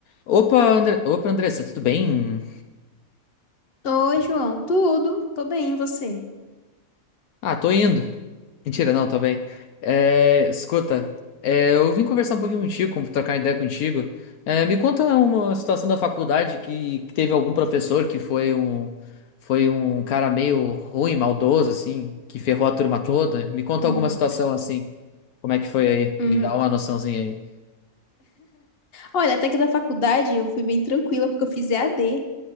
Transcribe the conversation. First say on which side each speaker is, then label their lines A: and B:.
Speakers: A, on the left; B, on the left.
A: Opa, André... Opa, Andressa, tudo bem?
B: Oi, João. Tudo? Tô bem, e você?
A: Ah, tô indo. Mentira, não, tô bem. É, escuta, é, eu vim conversar um pouquinho contigo, trocar ideia contigo. É, me conta uma situação da faculdade que, que teve algum professor que foi um, foi um cara meio ruim, maldoso, assim, que ferrou a turma toda. Me conta
B: Uhum.
A: alguma situação assim. Como é que foi aí?
B: Hum,
A: Me dá uma noçãozinha aí.
B: Olha, até que da faculdade eu fui bem tranquila porque eu fiz EAD,